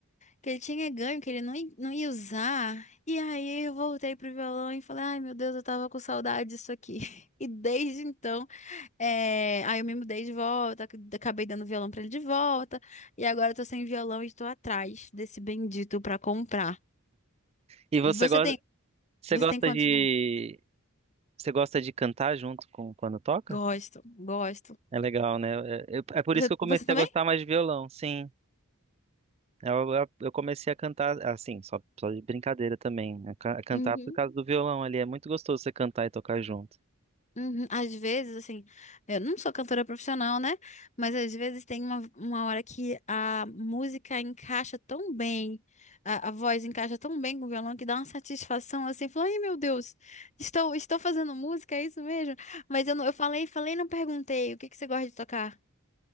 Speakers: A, on the left (about 35°); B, on the right (about 30°).
A: que ele tinha ganho, que ele não, i- não ia usar. E aí eu voltei pro violão e falei, ai meu Deus, eu tava com saudade disso aqui. <laughs> E desde então, é, aí eu me mudei de volta, ac- acabei dando o violão pra ele de volta. E agora eu tô sem violão e estou atrás desse bendito pra comprar.
B: E
A: E
B: você
A: você
B: gosta,
A: tem,
B: você
A: você
B: gosta
A: tem quantos
B: de,
A: violões?
B: você gosta de cantar junto com quando toca?
A: Gosto, gosto.
B: É legal, né? É, eu- é por
A: Você,
B: isso que eu comecei
A: você também?
B: a gostar mais de violão, sim. Eu, eu, eu comecei a cantar, assim, só, só de brincadeira também. né? Ca- cantar
A: Uhum.
B: por causa do violão ali. É muito gostoso você cantar e tocar junto.
A: Uhum. Às vezes, assim, eu não sou cantora profissional, né? Mas às vezes tem uma, uma hora que a música encaixa tão bem, a, a voz encaixa tão bem com o violão que dá uma satisfação assim, fala, ai meu Deus, estou, estou fazendo música, é isso mesmo? Mas eu, não, eu falei, falei, e não perguntei, o que que você gosta de tocar?